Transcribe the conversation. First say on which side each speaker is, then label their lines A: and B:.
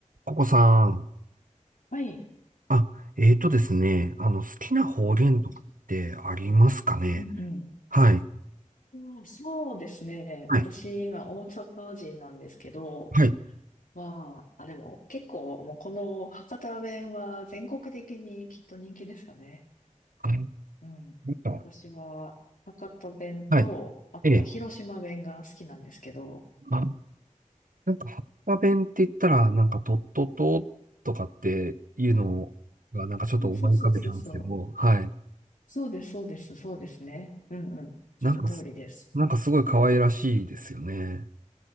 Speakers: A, on the right; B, on the left.
A: ココさん。
B: はい。
A: あ、えーとですね。あの、好きな方言とかってありますかね
B: うんうん。
A: はい。
B: うーん、そうですね。
A: はい。
B: 私、今、大阪人なんですけど、
A: はい。
B: まあ、あ、でも、結構、もう、この博多弁は全国的にきっと人気ですかね。
A: あなん
B: うん。
A: か、
B: 私は、博多弁と、
A: はい。
B: あとは広島弁が好きなんですけど、
A: ええ。あ、なんか、博多弁って言ったら、なんか、とっとととかっていうのが、なんかちょっと思い浮かべちゃうんですけど、
B: うんそうそうそうそう。
A: はい。
B: そうです、そうです、そうですね。うんうん。その通りです。
A: なんかす、なんかすごい可愛らしいですよね。